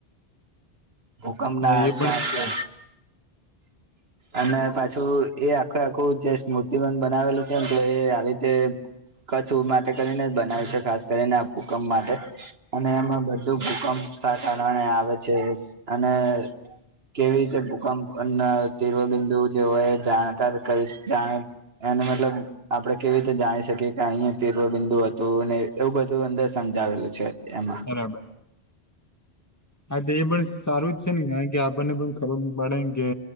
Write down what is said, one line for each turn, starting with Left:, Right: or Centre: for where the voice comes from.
Right: ભૂકમ
Left: હા
Right: ના આ
Left: એ પણ છે
Right: અને પાછુ એ આખું આખું જે સ્મૃતિબન બનાવેલું છે ને, તો એ આવી રીતે કચ્છ, માટે કરીને જ બનાવ છે, ખાસ કરીને આ ભુકંમ માટે અને એમાં બધુ ભૂકપ સા કારણે આવે છે, અને કેવી રીતે ભૂકપ તીવ બિંદુ જે હોય, એ જાણકાર કરી જાણે એને મતલબ આપડણે કેવી રીતે જાણી શકીએ. કે અહી તીરવ બિંદુ હતુ, ને એવું બધું અંદર સમજાવેલું છે. એમા
Left: બરાબર હા, તો એ પણ સારું જ છેને, કારણ કે આપણને પણ ખબર પડે કે